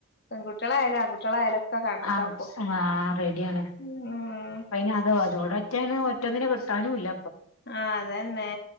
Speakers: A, on the left; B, on the left.
A: പെൺകുട്ടികളായാലും ആൺകുട്ടികളായാലും ഒക്കെ കണക്കാപ്പൊ
B: ആഹ ആ റെഡിയിയാണ്
A: ഉം
B: അന് അതോ അതോട ഒറ്റ ഒറ്റന്നിനന് കിട്ടാനുംല്ല
A: ആഹ അതന്നെ